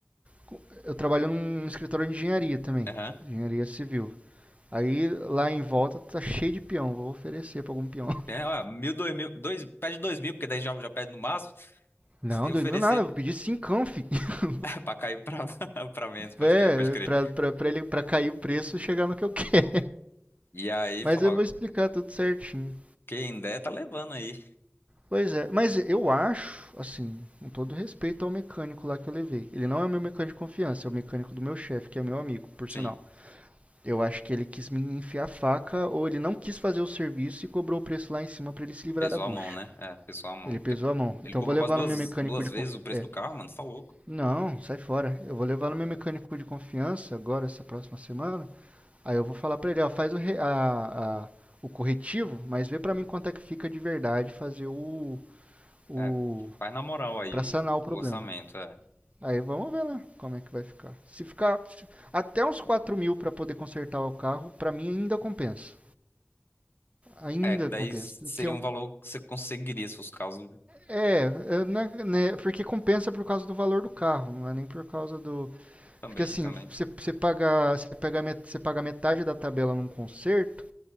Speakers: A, on the right; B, on the left.
A: com- Eu trabalho num escritório de engenharia também.
B: Aham.
A: Engenharia civil. Aí lá em volta tá cheio de peão. Vou oferecer pra algum peão. <laughs>
B: É, ó, mil, dois mil. Dois, pede dois mil, porque daí já, já pede no máximo.
A: Não,
B: Se oferecer.
A: dois mil nada, vou pedir cincão, fi. <laughs>
B: Pra cair pra, <laughs> pra menos, pode
A: É,
B: crer, pode crer.
A: pra, pra, pra ele pra cair o preço e chegar no que eu quero.
B: E aí
A: Mas
B: falou,
A: eu vou explicar tudo certinho.
B: quem der tá levando aí.
A: Pois é, mas eu acho, assim, com todo respeito ao mecânico lá que eu levei. Ele não é o meu mecânico de confiança, é o mecânico do meu chefe, que é meu amigo, por
B: Sim,
A: sinal. Eu acho que ele quis me enfiar a faca ou ele não quis fazer o serviço e cobrou o preço lá em cima pra ele se livrar
B: pesou
A: da bucha.
B: a mão, né? É, pesou a mão.
A: Ele
B: Porque
A: pesou a mão.
B: ele
A: Então
B: cobrou
A: eu vou levar
B: quase duas,
A: no meu mecânico
B: duas
A: de
B: vezes
A: confiança.
B: o preço
A: É.
B: do carro, mano, você tá louco.
A: Não, sai fora. Eu vou levar no meu mecânico de confiança agora, essa próxima semana. Aí eu vou falar pra ele, ó, faz o, re- a- a- o corretivo, mas vê pra mim quanto é que fica de verdade fazer o, o
B: É, faz na moral aí
A: para
B: o,
A: sanar o problema.
B: o orçamento, é.
A: Aí vamos ver lá como é que vai ficar. Se ficar até uns 4 mil para poder consertar o carro, para mim ainda compensa. Ainda
B: É, que daí
A: compensa.
B: seria
A: O que eu,
B: um valor que você conseguiria se fosse o caso
A: é, eu né, porque compensa por causa do valor do carro, não é nem por causa do.
B: também,
A: Porque assim,
B: também.
A: você, você, paga, você, pega, você paga metade da tabela num conserto,